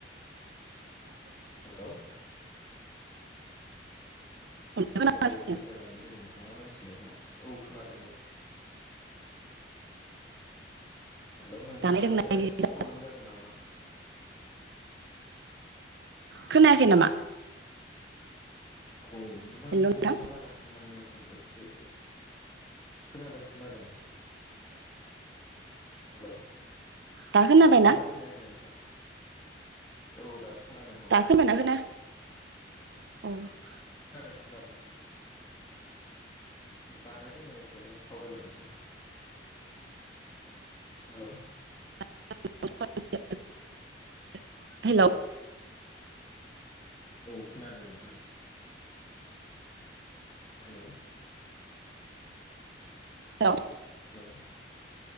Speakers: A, on the left (about 20°); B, on the right (about 65°).
A: हेलौ
B: खोनागासिनो
A: औ दे फोरमायलां दे नोंथाङा मिथिनायखौ औ खोनादों औ। हेलौ नोंथाङा
B: जानाय लोंनायनि
A: नेटआ एसे प्रब्लेम जादों नामा?
B: खोनायाखै नामा?
A: औ नोंथा
B: हेल'
A: नांथा
B: नोंथां
A: नांथा जागासिनो माने नोंथां । आं एसे एसे खोनादों खोनादों। हेलौ?
B: दा खोनाबायना
A: मोजां खोनायाखै नोंथां। औ दासो खोनादों औ
B: दा खोनादोंना खोनाया? औ।
A: खोनादों खोनादों जानाय लोंनायनि सायावनो सावरायलांसै । हेलौ?
B: <unintelligible> हेलौ
A: औ खोनादों नोंथां। हेल?
B: औ। <inaudible>
A: हेलौ